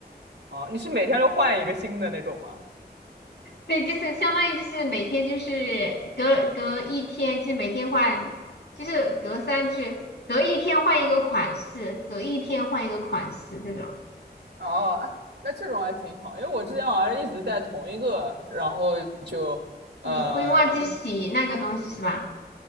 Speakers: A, on the right; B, on the left.
A: 哦，你是每天都换一个新的那种吗？
B: 对，就是相当于就是每天就是隔隔一天，就是每天换，就是隔三就是隔一天换一个款式，隔一天换一个款式这种。
A: 哦，哎，那这种还挺好，因为我之前好像一直戴同一个，然后就呃一，
B: 你会忘记洗那个东西是吧？